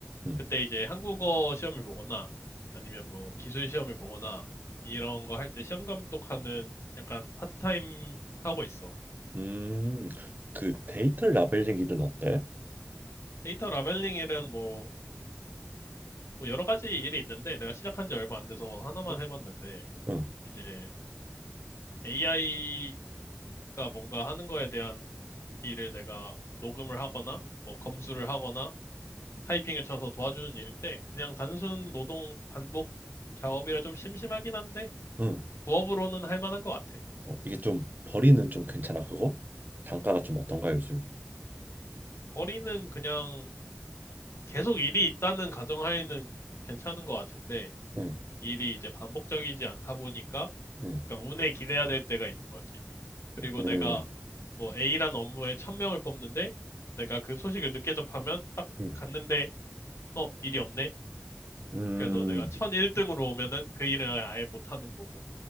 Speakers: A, on the right (about 40°); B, on the left (about 75°).
A: 응.
B: 그때 이제 한국어 시험을 보거나, 아니면 뭐 기술 시험을 보거나, 이런 거 할 때 시험 감독하는 약간 파트타임 하고 있어.
A: 음, 그 데이터 라벨링 일은 어때?
B: 데이터 라벨링 일은 뭐, 뭐 여러 가지 일이 있는데 내가 시작한 지 얼마 안 돼서 하나만
A: 응,
B: 해봤는데
A: 응,
B: 이제 AI가 뭔가 하는 거에 대한 일을 내가 녹음을 하거나 뭐 검수를 하거나 타이핑을 쳐서 도와주는 일인데 그냥 단순 노동 반복 작업이라 좀 심심하긴 한데
A: 응.
B: 부업으로는 할 만한 것 같아.
A: 어, 이게 좀 벌이는 좀 괜찮아 그거? 단가가 좀 어떤가 요즘?
B: 거리는 그냥 계속 일이 있다는 가정하에는 괜찮은 것 같은데
A: 응,
B: 일이 이제 반복적이지 않다 보니까
A: 응,
B: 그러니까 운에 기대야 될 때가 있는 거지. 그리고
A: 응,
B: 내가 뭐 A란 업무에 1000명을 뽑는데 내가 그 소식을 늦게 접하면 딱
A: 응.
B: 갔는데 어, 일이 없네.
A: 음,
B: 그래서 내가 1001등으로 오면은 그 일을 아예 못하는 거고.